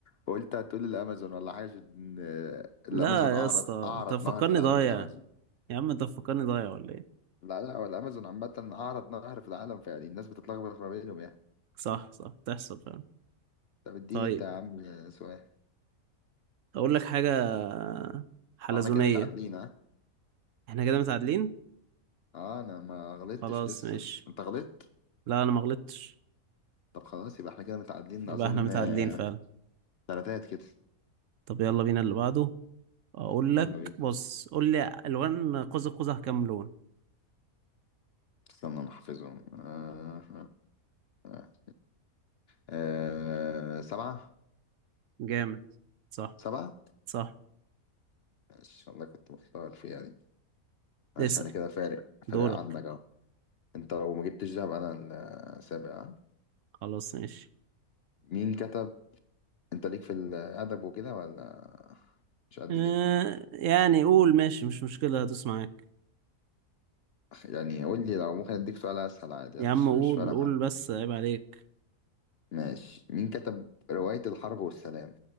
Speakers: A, on the left (about 65°); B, on the right (about 70°).
A: قلت هتقول الامازون ولا حاجه إن الامازون
B: لا
A: اعرض
B: يا اسطى
A: اعرض
B: انت مفكرني
A: نهر في العالم
B: ضايع
A: الامازون
B: يا عم انت مفكرني ضايع ولا ايه
A: لا لا هو الامازون عامه اعرض نهر في العالم فيعني الناس بتتلخبط ما بينهم يعني
B: صح صح تحصل فعلا
A: طب اديني
B: طيب
A: انت يا عم سؤال
B: اقول لك حاجة حلزونية
A: واحنا كده متعادلين ها
B: احنا كده متعادلين
A: اه انا ما غلطتش
B: خلاص
A: لسه
B: ماشي
A: انت غلطت
B: لا انا ما غلطتش
A: طب خلاص يبقى احنا كده متعادلين
B: يبقى
A: اظن
B: احنا متعادلين
A: آه،
B: فعلا
A: تلاتات كده
B: طب يلا بينا اللي بعده اقول
A: يلا
B: لك
A: بينا
B: بص قول لي الوان قوس قزح كام لون
A: استنى انا احفظهم آه آه آه. آه، سبعة
B: جامد صح
A: سبعة
B: صح
A: ماشي والله كنت محتار فيها دي ماشي
B: اسأل
A: انا كده فارق
B: دورك
A: فارق عنك اهو انت لو ما جبتش دهب انا السابع ها؟
B: خلاص ماشي
A: مين كتب انت ليك في الادب وكده ولا مش قد
B: اه
A: كده
B: يعني قول ماشي مش مشكلة هدوس معاك
A: يعني قول لي لو ممكن اديك سؤال اسهل عادي
B: يا
A: انا
B: عم
A: مش
B: قول
A: مش فارقه
B: قول
A: معايا
B: بس عيب عليك
A: ماشي مين كتب رواية الحرب والسلام